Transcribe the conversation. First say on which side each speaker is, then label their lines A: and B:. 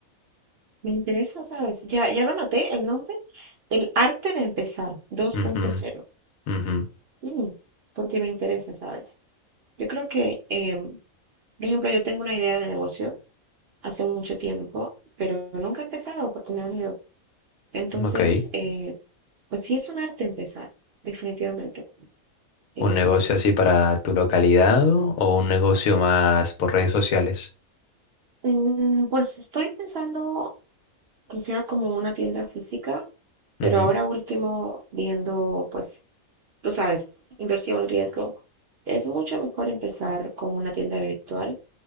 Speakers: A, on the right; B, on the left.
A: me interesa, ¿sabes? Ya, ya lo noté, el nombre, El arte de empezar 2.0,
B: Ujú, ujú,
A: mm, porque me interesa, ¿sabes? Yo creo que, em, por ejemplo, yo tengo una idea de negocio hace mucho tiempo, pero nunca he empezado porque me da miedo. Entonces,
B: ujú. Ok.
A: eh, pues sí es un arte empezar, definitivamente. Eh,
B: ¿Un negocio así para tu localidad o un negocio más por redes sociales?
A: mm, pues estoy pensando que sea como una tienda física, pero
B: Ujú,
A: ahora último viendo, pues, tú sabes, inversión, riesgo, es mucho mejor empezar con una tienda virtual